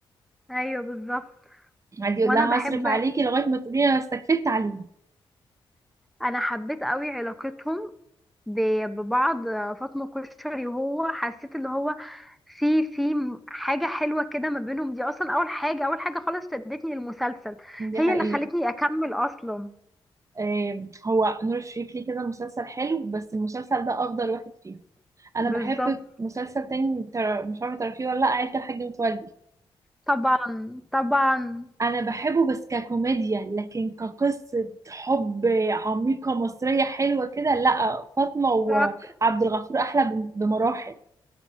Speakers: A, in the centre; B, on the right (about 35°).
A: ايوه بالظبط
B: عادي يقول
A: وانا
B: لها
A: بحب
B: هصرف عليكي لغايه ما تقولي انا استكفيت تعليم
A: انا حبيت قوي علاقتهم ب- ببعض فاطمة كشري وهو حسيت اللي هو في في حاجة حلوة كده ما بينهم دي أصلا أول حاجة أول حاجة خالص شدتني للمسلسل
B: دي
A: هي
B: حقيقة
A: اللي خلتني أكمل أصلا
B: آم، هو نور الشريف ليه كده مسلسل حلو بس المسلسل ده أفضل واحد فيه أنا
A: بالظبط
B: بحب مسلسل تاني تر- مش عارفة تعرفيه ولا لأ عيلة الحاج متولي
A: طبعا طبعا
B: انا بحبه بس ككوميديا لكن كقصة حب عميقة مصرية حلوة كده لا فاطمة وعبد
A: لا،
B: الغفور احلى بم- بمراحل